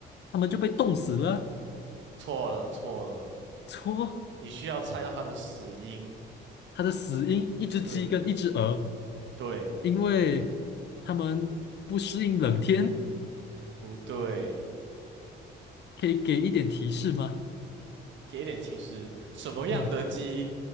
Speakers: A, on the left; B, on the right.
A: 他们就被冻死了。
B: 错了，错了，
A: 错，
B: 你需要猜到它的死因。
A: 它的死因一只鸡跟一只鹅，
B: 对，对，
A: 因为他们不适应冷天，
B: 不对？
A: 可以给一点提示吗？
B: 给一点提示，什么样的鸡
A: 嗯。